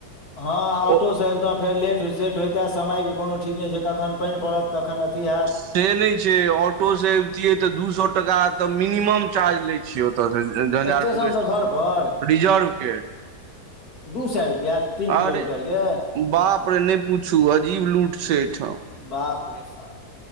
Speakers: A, on the left; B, on the right.
A: हँ ऑटोसँ
B: ओ
A: अबितहुँ फेर लेट सेेट होयइते समयके कोनो ठीक नहि छै। कखन पानि पड़त कखन अथी होयैत।
B: से नहि छै। ऑटो से एबतियै तऽ दू सए टका तऽ मिनिमम चार्ज ले छियै। तऽ झंझारपुर
A: स्टेशनसँ घर पर
B: रिजर्व के
A: दू सए रुपैआ तीन
B: अरे
A: किलोमीटर के
B: बाप रे नहि पूछू अजीब लूट छै। एहिठाम
A: बाप रे बाप